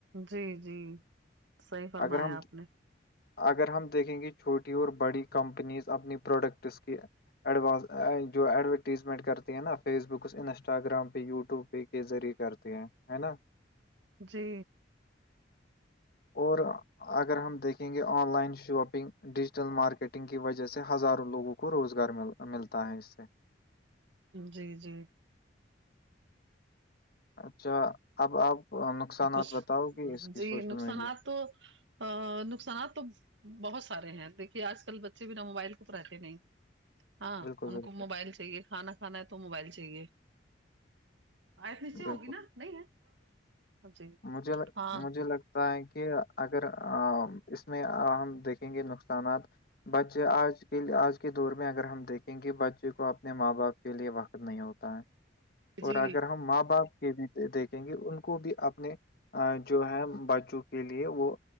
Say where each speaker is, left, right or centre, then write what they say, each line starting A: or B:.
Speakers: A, on the right; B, on the left.
A: جی جی صحیح فرمایا
B: اگر ہم
A: آپ نے
B: اگر ہم دیکھیں گے چھوٹی اور بڑی کمپنیز اپنی پروڈکٹس کی ایڈوانس جو ایڈورٹیزمنٹ کرتے ہیں نا فیس بک اس انسٹاگرام پہ یوٹیوب کے ذریع کرتے ہیں ہے نا
A: جی
B: اور اگر ہم دیکھیں گے online shopping digital marketing کی وجہ سے ہزاروں لوگوں کو روزگار مل ملتا ہے اس سے
A: جی جی
B: اچھا اب آپ نقصانات
A: کچھ
B: بتاؤ گی اس کی
A: جی
B: سوشل
A: نقصانات
B: میڈیا
A: تو آ نقصانات تو بہت سارے ہیں دیکھیے آج کل بچے بنا موبائل کوپ رہتے نہیں ہاں
B: بالکل
A: ان
B: بالکل
A: کو موبائل چاہیے کھانا کھانا ہے تو موبائل چاہیے آیت نیچے
B: بالکل
A: ہوگی نا نہیں ہے جی
B: مجھے لگ-
A: ہاں
B: مجھے لگتا ہے کہ اگر اس میں ہم دیکھیں گے نقصانات بچے آج آج کے دور میں اگر ہم دیکھیں گے بچے کو اپنے ماں باپ کے لیے وقت نہیں ہوتا ہے
A: جی
B: اور اگر ہم ماں باپ کے بھی دیکھیں گے ان کو بھی اب اپنے جو ہے بچوں کے لیے وہ